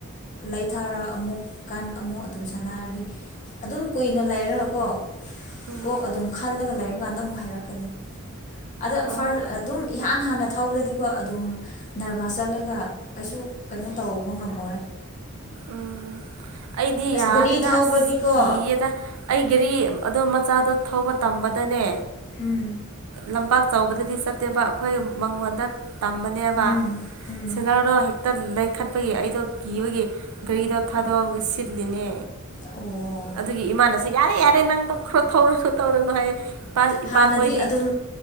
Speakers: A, on the left (about 35°); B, on the right (about 80°).
A: ꯂꯩꯊꯥꯔ ꯑꯃꯨꯛ ꯀꯥꯟ ꯑꯃꯨꯛ ꯑꯗꯨꯝ ꯁꯥꯟꯅꯔꯗꯤ ꯑꯗꯨꯝ ꯀꯨꯏꯅ ꯂꯩꯔꯒ ꯀꯣ
B: ꯎꯝ
A: ꯀꯣꯛ ꯑꯗꯨꯝ ꯈꯜꯂꯒ ꯂꯩꯕ ꯀꯥꯟꯗ ꯑꯃꯨꯛ ꯍꯥꯏꯔꯛꯀꯅꯤ ꯑꯗ
B: ꯑꯣ
A: ꯐꯔ ꯑꯗꯨꯝ ꯏꯍꯥꯟ ꯍꯥꯟꯅ ꯊꯧꯕꯗꯗꯤꯀꯣ ꯑꯗꯨꯝ ꯅꯔꯚꯁ ꯆꯠꯂꯒ ꯀꯩꯁꯨ ꯀꯩꯅꯣ ꯇꯧꯕ ꯉꯝꯃꯣꯏ
B: ꯎꯝ ꯑꯩꯗꯤ
A: ꯑꯁ
B: ꯌꯥꯗꯗ
A: ꯒꯥꯔꯤ ꯊꯧꯕꯗꯤꯀꯣ
B: ꯑꯁ ꯀꯌꯦꯗ ꯑꯩ ꯘꯔꯤ ꯑꯗꯣ ꯃꯆꯥꯗꯣ ꯊꯧꯕ ꯇꯝꯕꯗꯅꯦ꯫
A: ꯎꯝ
B: ꯂꯝꯄꯥꯛ ꯆꯥꯎꯕꯗꯗꯤ ꯆꯠꯇꯦꯕ ꯑꯩꯈꯣꯏ ꯃꯉꯣꯟꯗ ꯇꯝꯕꯅꯦꯕ
A: ꯎꯝ ꯎꯝ
B: ꯁꯤꯂꯔꯗꯣ ꯍꯦꯛꯇ ꯈꯠꯄꯒꯤ ꯑꯩꯗꯣ ꯀꯤꯕꯒꯤ ꯒꯥꯔꯤꯗꯣ ꯊꯥꯗꯣꯛꯑꯒ ꯁꯤꯠꯂꯤꯅꯦ꯫
A: ꯑꯣ
B: ꯑꯗꯨꯒꯤ ꯏꯃꯥꯅꯁꯨ ꯌꯥꯔꯦ ꯌꯥꯔꯦ ꯅꯪ ꯊꯣꯛꯈ꯭ꯔꯣ ꯊꯧꯔꯁꯨꯨ ꯇꯧꯔꯅꯨ ꯍꯥꯏꯔꯦꯄꯥ ꯏꯄꯥꯈꯣꯏꯗꯤ
A: ꯍꯥꯟꯅꯗꯤ ꯑꯗꯨꯝ